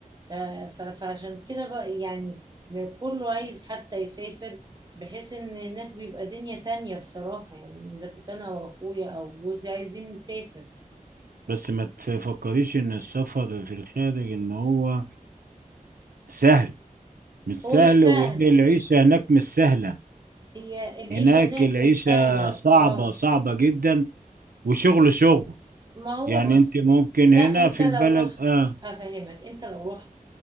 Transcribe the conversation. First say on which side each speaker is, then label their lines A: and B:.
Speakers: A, on the right; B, on the right.
A: ف- ف- فعشان كده بقى يعني كله عايز حتى يسافر بحيث ان هناك بيبقى دنيا تانية بصراحة يعني اذا كنت انا او اخويا او جوزي عايزين نسافر
B: بس ما تفكريش ان السفر في الخارج ان هو سهل مش سهل
A: هو مش سهل
B: وان العيشه هناك مش سهله
A: هي العيشة
B: هناك
A: هناك
B: العيشه
A: مش سهلة
B: صعبه
A: اه
B: صعبه جدا وشغل شغل
A: ما هو
B: يعني
A: بص
B: انت ممكن
A: لا
B: هنا
A: انت
B: في
A: لو
B: البلد
A: رحت
B: اه
A: افهمك انت لو رحت